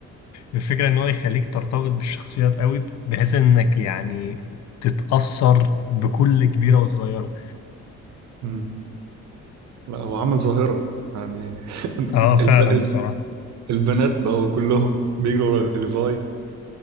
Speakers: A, on the left; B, on the right.
A: الفكرة إن هو يخليك ترتبط بالشخصيات أوي بحيث إنك يعني تتأثر بكل كبيرة وصغيرة
B: امم لا هو عمل ظاهرة يعني <laughs>
A: اه فعلا
B: الب... الب...
A: بصراحة
B: البنات بقوا كلهم بيجروا ورا ليفاي